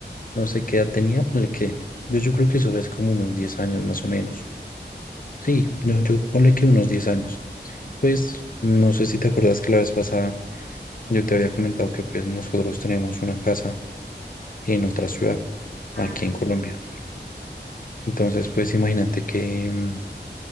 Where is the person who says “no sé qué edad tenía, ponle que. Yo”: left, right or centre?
Left